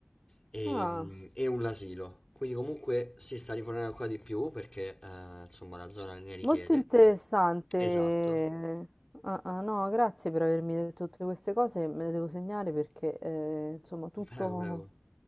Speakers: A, on the left; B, in the centre.
A: ehm,
B: ah,
A: e, un asilo, quindi comunque si sta rifornendo ancora di più perché eh, insomma la zona ne richiede.
B: molto interessante.
A: Esatto.
B: Ah, ah, no, grazie per avermi detto tutte queste cose, me le devo segnare perché eh, insomma tutto,
A: Prego, prego.